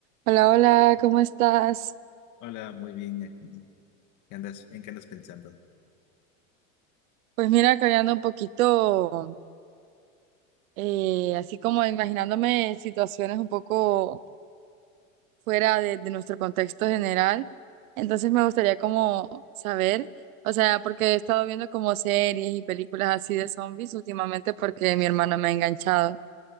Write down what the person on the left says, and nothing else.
Hola, muy bien. aquí. ¿Qué andas, en qué andas pensando?